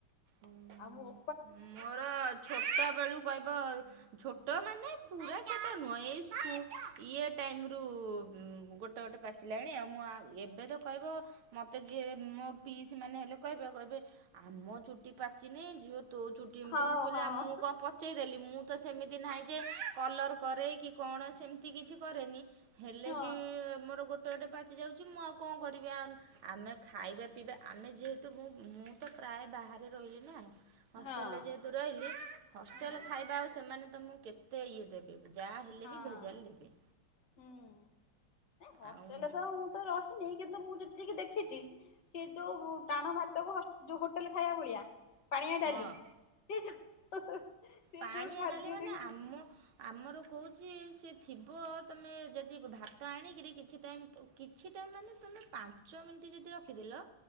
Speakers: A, on the right; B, on the left.
A: ହଁ।
B: ଆଉ ମୁଁ ଓ
A: ମୋର ଛୋଟବେଳୁ କହିବ ଛୋଟ ମାନେ ପୁରା ଛୋଟ ନୁହଁ। ଏଇ ସ୍କୁ ଇଏ ଟାଇମ ରୁ ଉଁ ଗୋ ଗୋଟେ ଗୋଟେ ପାଚିଲାଣି ଆଉ। ମୁଁ ଆଉ ଏବେ ତ କହିବ ମତେ ଯିଏ ମୋ ପିଇସି ମାନେ ହେଲେ କଇବେ କଇବେ ଆମ ଚୁଟି ପାଚିନି ଝିଅ ତୋ ଚୁଟି ଏମିତି।
B: ହଁ
A: ମୁଁ କହିଲି
B: ହଁ।
A: ଆ ମୁଁ କଣ ପ ପଚେଇ ଦେଲି ମୁଁ ତ ସେମିତି ନାହିଁ ଯେ କଲର୍ କରେ କି କଣ ସେମିତି କିଛି କରେନି। ହେଲେ
B: ହଁ
A: ବି ମୋର ଗୋ ଗୋଟେ ଗୋଟେ ପାଚି ଯାଉଛି ମୁଁ ଆଉ କଣ କରିବି ଆଉ। ଆମେ ଖାଇବା ପିଇବା ଆମେ ଯେହେତୁ ମୁଁ ମୁଁ ତ ପ୍ରାୟ ବାହାରେ ରହିଲି ନା। ହଷ୍ଟେଲରେ
B: ହଁ
A: ଯେହେତୁ ରହିଲି। ହଷ୍ଟେଲ
B: ହଁ
A: ଖାଇବା ଆଉ ସେମାନେ ତମୁକୁ କେତେ ଇଏ ଦେବେ। ଯାହା ହେଲେ
B: ହଁ
A: ବି ଭେଜାଲ୍ ଦେବେ।
B: ହୁଁ, ନାଇଁ ହଷ୍ଟେଲରେ
A: ଆଉ
B: ତ ମୁଁ ତ ରହିନି କିନ୍ତୁ ମୁଁ ଯେତିକି ଦେଖିଛି। ସିଏ ଯୋଉ ଟାଣ ଭାତକୁ ହସ୍ ଯୋଉ ହୋଟେଲ ଖାଇବା ଭଳିଆ ପାଣିଆ ଡାଲି।
A: ହଁ
B: ସେ ଯୋଉ ସେ
A: ପାଣିଆ
B: ଯୋଉ ଖାଦ୍ୟ
A: ଡାଲି ମାନେ
B: ଦେ
A: ଆମ ଆମର କୋଉ ଚି ସେ ଥିବ ତମେ ଯଦି ଭାତ ଆଣିକରି କିଛି ଟାଇମ୍ କିଛି ଟାଇମ୍ ମାନେ ତୁମେ ପା ଞ୍ଚ ମିନିଟ୍ ଯଦି ରଖିଦେଲ।